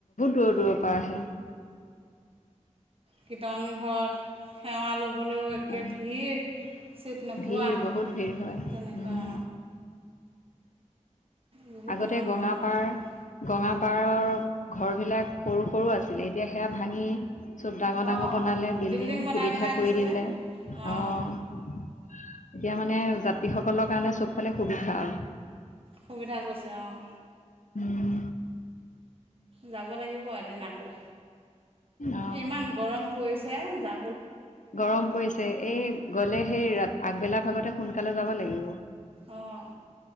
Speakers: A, on the left; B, on the right.
A: বৰ দূৰৰ পৰা আহে।
B: কীৰ্তনঘ। সেৱা ল'বলৈও
A: অ',
B: একে ভিৰ চিট নোপোৱা।
A: ভিৰ বহুত ভিৰ হয়
B: তেনেকুৱা।
A: উম,
B: বহুত
A: আগতে
B: দূৰৰ
A: গঙাপাৰ,
B: দূৰৰ পৰা আহে
A: গঙাপাৰৰ ঘৰ বিলাক। সৰু সৰু আছিলে এতিয়া সেয়া ভাঙি। চব ডাঙৰ ডাঙৰ
B: অঁ
A: বনালে বিল্ডিং
B: বনাই
A: সুবিধা,
B: বনাই দিছে
A: কৰি দিলে
B: যে অঁ
A: অ। এতিয়া মানে যাত্ৰী সকলৰ কাৰণে চব ফালে সুবিধা আৰু।
B: সুবিধা কৰিছে অঁ।
A: উম।
B: যাব লাগিব এদিন আকৌ
A: অ',
B: ইমান গৰম পৰিছে যা
A: গৰম পৰিছে এই গ'লে সেই ৰা আগবেলা ভাগতে সোনকালে যাব লাগিব। উ।
B: অঁ